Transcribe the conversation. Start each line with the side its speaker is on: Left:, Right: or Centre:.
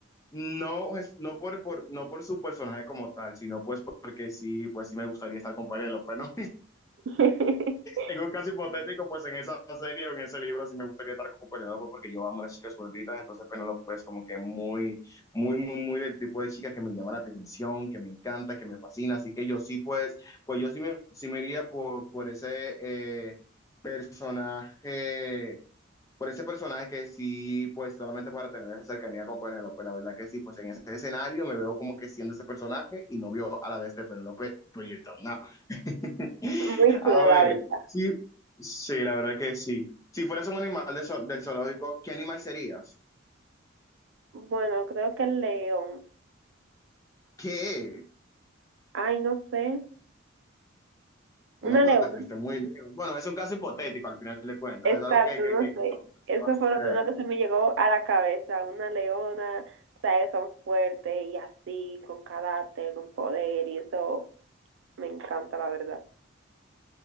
Left: No, es- no, por, por- no por su personaje como tal, sino pues porque sí, pues sí me gustaría estar con Penélope, ¿no?
Right: <laughs>
Left: en un caso hipotético, pues en esa serie o en ese libro sí me gustaría estar con Penelope porque yo amo a las chicas gorditas, entonces Penelope es como que muy, muy, muy, muy del tipo de chica que me llama la atención, que me encanta, que me fascina, así que yo sí, pues, pues yo sí me, sí me iría por, por ese eh, personaje, por ese personaje que sí, pues solamente para tener esa cercanía con Penelope, la verdad que sí, pues en ese escenario me veo como que siendo ese personaje y novio a la vez de Penelope Bridgerton, ¿no? <laughs>
Right: Muy chulo,
Left: A ver,
Right: la verdad.
Left: sí, sí, la verdad que sí. Si fueras un animal de zo- del zoológico, ¿qué animal serías?
Right: Bueno, creo que el león.
Left: ¿Qué?
Right: Ay, no sé.
Left: No,
Right: Una
Left: pero
Right: leona.
Left: te fuiste muy lejos. Bueno, es un caso hipotético al final de cuentas,
Right: Exacto,
Left: es algo que, que,
Right: no
Left: que, que
Right: sé.
Left: tampoco es
Right: Eso
Left: que va a suceder.
Right: fue lo primero que se me llegó a la cabeza. Una leona, sabes, que son fuertes y así, con carácter, con poder, y eso me encanta, la verdad.